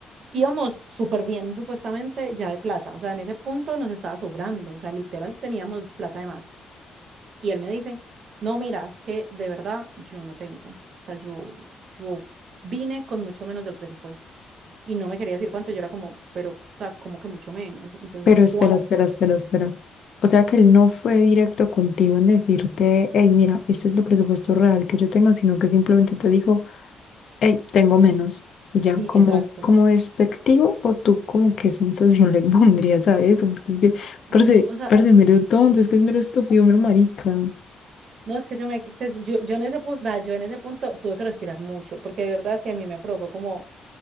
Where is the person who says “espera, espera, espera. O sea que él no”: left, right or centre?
Left